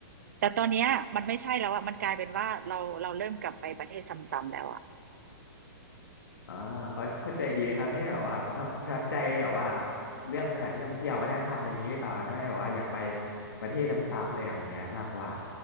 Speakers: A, on the right (about 50°); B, on the left (about 85°).
A: แต่ตอนเนี้ยมันไม่ใช่แล้วอะมันกลายเป็นว่าเราเราเริ่มกลับไปประเทศซ้ำๆแล้วอะ
B: อ่าเขาเข้าใจดีนะครับได้แบบว่าประทับประทับใจแบบว่าเรื่องสถานที่ท่องเที่ยววัฒนธรรมอะไรอย่างนี้หรือเปล่าครับทำให้แบบว่าอยากไปประเทศซ้ำๆอะไรแบบเนี้ยมากกว่า